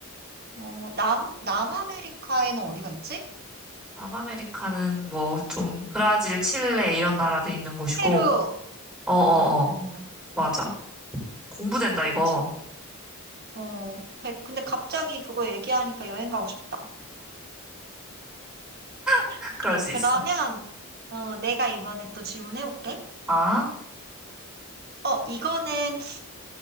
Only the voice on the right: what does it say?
어, 남, 남아메리카에는 어디가 있지?
페루.
어,
지금, 어, 대- 근데 갑자기 그거 얘기하니까 여행 가고 싶다.
오케이.
그러면, 어, 내가 이번에 또 질문해볼게.
어, 이거는